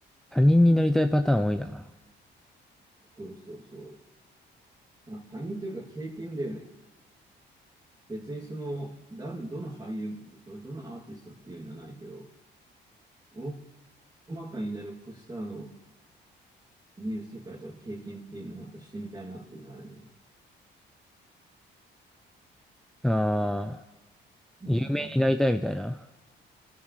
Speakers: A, in the centre; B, on the right.
A: 他人になりたいパターン多いな。
B: そうそうそう。まあ、他人というか経験だよね。別にその、だ、どの俳優とか、どのアーティストっていうのはないけど、大まかにじゃあロックスターの見る世界とか経験っていうのなんかしてみたいなっていうのはあるね。
A: ああ、
B: うんうん。
A: 有名になりたいみたいな。